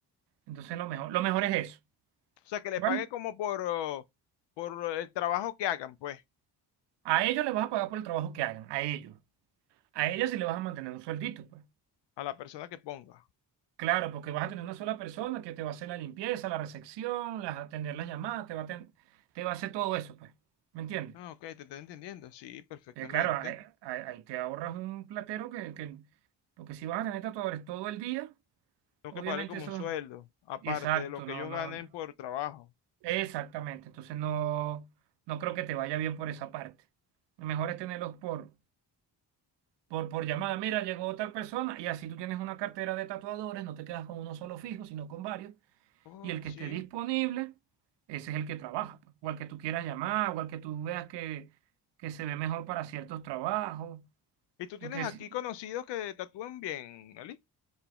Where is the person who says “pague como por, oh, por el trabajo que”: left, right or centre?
Left